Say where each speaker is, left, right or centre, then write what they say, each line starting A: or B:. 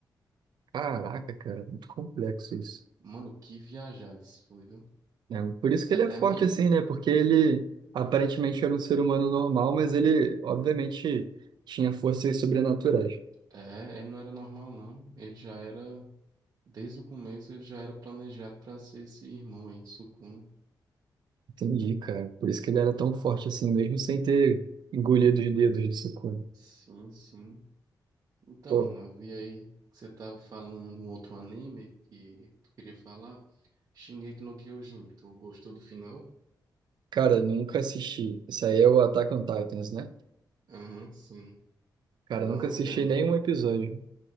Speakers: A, on the right; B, on the right.
A: caraca, cara, muito complexo isso.
B: Mano, que viajado isso foi, viu?
A: É, por isso
B: É
A: que ele
B: até
A: é forte
B: meio.
A: assim, né? Porque ele aparentemente era um ser humano normal, mas ele, obviamente, tinha forças sobrenaturais.
B: É, ele não era normal, não. Ele já era. Desde o começo ele já era planejado para ser esse irmão aí de Sukuna.
A: Entendi, cara. Por isso que ele era tão forte assim, mesmo sem ter engolido os dedos do Sukuna.
B: Sim, sim. Então,
A: Pô,
B: mano, eu vi aí que você tava falando um outro anime que tu queria falar. Shingeki no Kyojin, tu gostou do final?
A: cara, nunca assisti. Isso aí é o Attack on Titans, né?
B: Aham, sim.
A: Cara,
B: Tu não
A: nunca assisti
B: terminou?
A: nenhum
B: ele?
A: episódio.